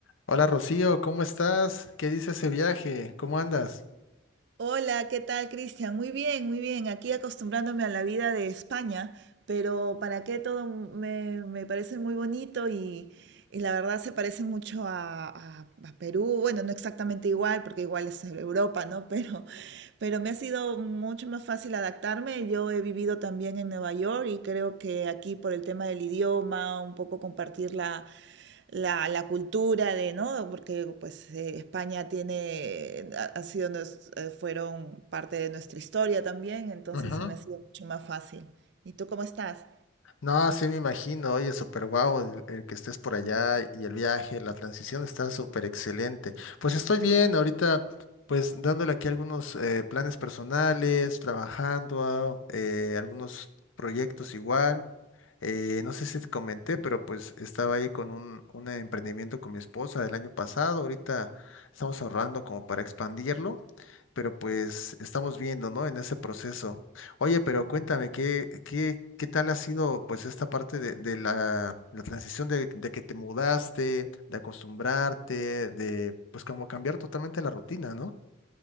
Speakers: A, on the left; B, on the right.
A: Hola Rocío, ¿cómo estás? ¿Qué dice ese viaje? ¿Cómo andas?
B: Hola, ¿qué tal, Cristian? Muy bien, muy bien. Aquí acostumbrándome a la vida de España, pero para qué todo me, me parece muy bonito y, y la verdad se parece mucho a, a- a Perú. Bueno, no exactamente igual, porque igual es Europa, ¿no? <laughs> Pero, pero me ha sido mucho más fácil adaptarme. Yo he vivido también en Nueva York y creo que aquí por el tema del idioma, un poco compartir la la, la cultura de, ¿no? Porque pues eh, España tiene, ha sido, nos- eh, fueron parte de nuestra historia también, entonces
A: Ujú.
B: se me ha sido mucho más fácil. ¿Y tú cómo estás?
A: No, sí me imagino, oye, súper guau el, el que estés por allá y el viaje, la transición está súper excelente. Pues estoy bien, ahorita pues dándole aquí algunos eh, planes personales, trabajando, ah, eh, algunos proyectos igual. Eh, no sé si te comenté, pero pues estaba ahí con un, un emprendimiento con mi esposa del año pasado. Ahorita estamos ahorrando como para expandirlo, pero pues estamos viendo, ¿no? En ese proceso. Oye, pero cuéntame, ¿qué, qué, qué tal ha sido pues esta parte de, de la, la transición de, de que te mudaste, de acostumbrarte, de pues como cambiar totalmente la rutina, ¿no?